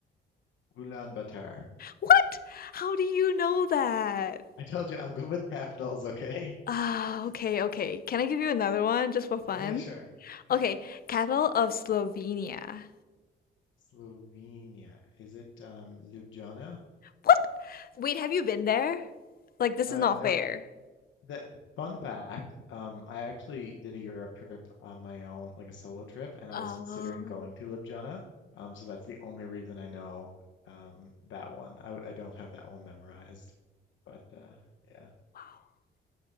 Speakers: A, on the left; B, on the left.
A: Ulaanbaatar.
B: What? How do you know that?
A: I told you I'm good with capitals, okay?
B: Ah,
A: <laughs>
B: okay, okay. Can I give you another one just for fun?
A: Yeah, sure. Sure.
B: Okay, capital of Slovenia.
A: Slovenia. Is it um Ljubljana?
B: What? Wait, have you been there? Like, this
A: Uh,
B: is not
A: no,
B: fair.
A: That fun fact, um, I actually did a Europe trip on my own, like a solo trip, and I was
B: Oh,
A: considering going to Ljubljana. Um, so that's the only reason I know um, that one. I I w- I don't have that one memorized, but uh, yeah, I
B: wow.